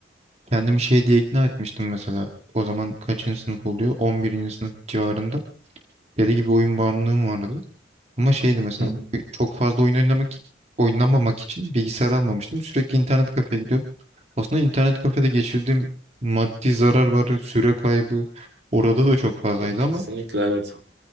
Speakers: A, on the right; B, on the right.
A: Kendimi şey diye ikna etmiştim mesela. O zaman kaçıncı sınıf oluyor? On birinci sınıf civarında. Deli gibi oyun bağımlılığım vardı. Ama şeydi mesela
B: hı.
A: e, çok fazla oyun oynamak oynamamak için bilgisayar almamıştım. Sürekli internet kafeye gidiyordum. Aslında internet kafede geçirdiğim maddi zarar var, süre kaybı orada da çok fazlaydı
B: Kesinlikle
A: ama
B: evet.